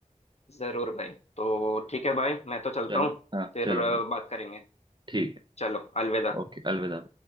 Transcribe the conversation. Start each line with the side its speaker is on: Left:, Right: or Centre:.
Left: जरूर भाई तो ठीक है भाई मैं तो चलता
Right: चलो
Left: हूँ
Right: हाँ
Left: फिर
Right: चलो
Left: अ,
Right: भाई
Left: बात करेंगे
Right: ठीक है
Left: चलो अलविदा
Right: ओके अलविदा